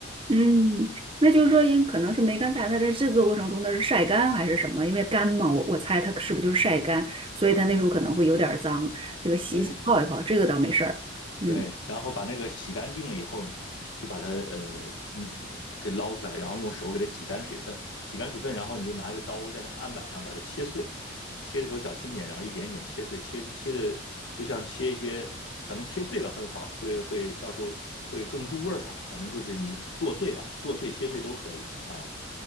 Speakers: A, on the right; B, on the left.
A: 嗯，那就是说，因可能是梅干菜，它在制作过程中它是晒干还是什么？因为干嘛，我我猜它是不是就是晒干，所以它那时候可能会有点儿脏，这个洗洗泡一泡，
B: 对
A: 这个倒没事儿。嗯，
B: 对，然后把那个洗干净了以后，就把它呃嗯给捞出来，然后用手给它挤干水分，挤干水分，然后你就拿一个刀在那案板上把它切碎，切的时候小心点，然后一点一点切碎，切切的就像切一些。反正切碎了很好，会会到时候会更入味儿吧。反正就是你剁碎吧，剁碎切碎都可以啊